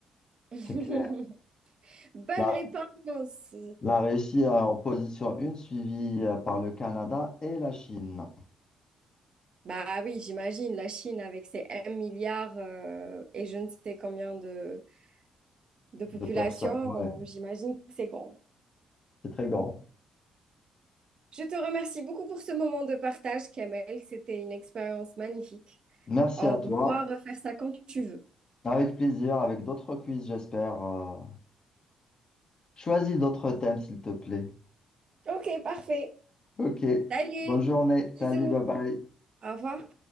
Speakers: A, on the right; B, on the left.
A: <laughs>
B: c'est clair.
A: Bonne
B: Là.
A: réponse.
B: La Russie est en position une suivie euh, par le Canada et la Chine.
A: Bah oui, j'imagine la Chine avec ses 1 milliard euh, et je ne sais combien de, de population,
B: De personnes, ouais,
A: euh, j'imagine que c'est grand.
B: c'est très grand.
A: Je te remercie beaucoup pour ce moment de partage, Kamel. C'était une expérience magnifique.
B: Merci
A: On
B: à toi.
A: pourra refaire ça quand tu veux.
B: Avec plaisir, avec d'autres quiz, j'espère. euh. Choisis d'autres thèmes, s'il te plaît.
A: Ok, parfait.
B: Ok.
A: Salut!
B: Bonne journée.
A: Bisous!
B: Salut, bye bye.
A: Au revoir!